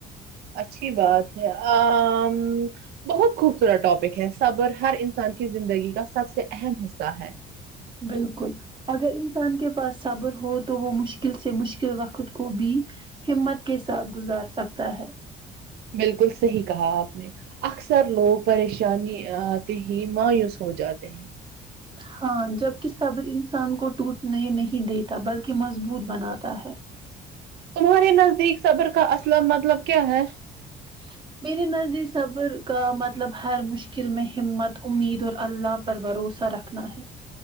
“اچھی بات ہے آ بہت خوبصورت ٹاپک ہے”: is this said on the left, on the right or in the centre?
Right